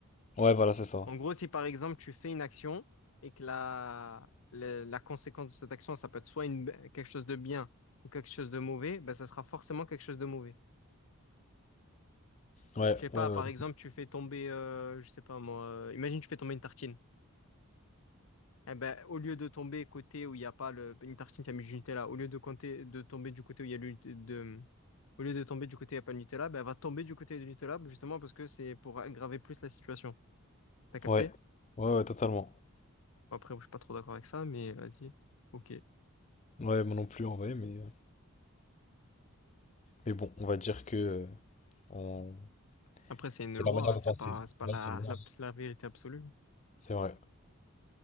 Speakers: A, on the left (about 30°); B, on the left (about 70°).
A: Ouais, voilà, c'est ça.
B: En gros, si par exemple tu fais une action et que la, la, la conséquence de cette action, ça peut être soit une, quelque chose de bien ou quelque chose de mauvais, ben, ça sera forcément quelque chose de mauvais.
A: Ouais,
B: Je sais pas,
A: ouais, ouais,
B: par exemple, tu fais tomber, euh, je sais pas moi, euh, imagine tu fais tomber une tartine. Eh ben, au lieu de tomber côté où il n'y a pas le, une tartine, tu as mis du Nutella. Au lieu de, compter, de tomber du côté où il y a le, de, au lieu de tomber du côté où il n'y a pas de Nutella, ben, elle va tomber du côté du Nutella justement parce que c'est pour aggraver plus la situation. T'as capté?
A: ouais, ouais, ouais, totalement.
B: Bon, Après, je suis pas trop d'accord avec ça, mais vas-y. Ok.
A: Ouais, moi non plus en vrai, mais, euh, mais bon, on va dire que euh, on...
B: Après, c'est une
A: c'est
B: loi,
A: leur manière
B: hein,
A: de
B: c'est
A: penser.
B: pas, c'est pas
A: Ouais,
B: la,
A: c'est vrai.
B: la, la vérité absolue.
A: C'est vrai.